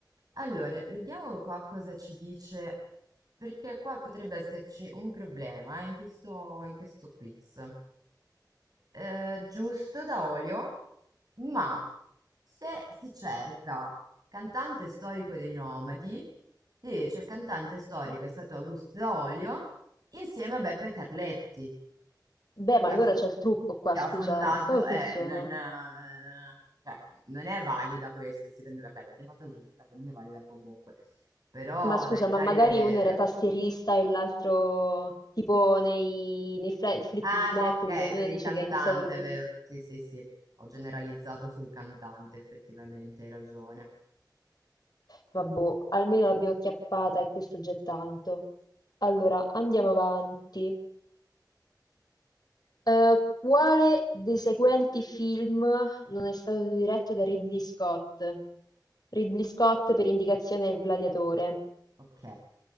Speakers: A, on the right; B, on the left.
A: Allora, vediamo qua cosa ci dice, perché qua potrebbe esserci un problema eh, in questo, in questo quiz. Eh, giusto da olio, ma se si cerca cantante storico dei Nomadi, si dice il cantante storico è stato Augusto Daolio insieme a Beppe Carletti
B: Beh, ma
A: che
B: allora
A: ha f
B: c'è il trucco qua,
A: che
B: scusa,
A: ha fondato
B: eh, come funziona?
A: eh, non eh, cioè, non è valida questa secondo me. Vabbè, l'abbiamo fatta giusta, quindi è valida comunque. Però
B: Ma scusa,
A: da, da
B: ma magari
A: rivedere.
B: uno era tastierista e l'altro tipo nei, nei Fla- Fleetwood
A: Ah,
B: Mac,
A: no, ok,
B: che ognuno
A: per il
B: dice
A: cantante,
B: che ha iniziato lui.
A: è vero. Sì, sì, sì. Ho generalizzato sul cantante, effettivamente, hai ragione.
B: Vabbè, almeno l'abbiamo acchiappata e questo già è tanto. Allora, andiamo avanti. Eh, quale dei seguenti film non è stato diretto da Ridley Scott? Ridley Scott per indicazione è il gladiatore.
A: Ok.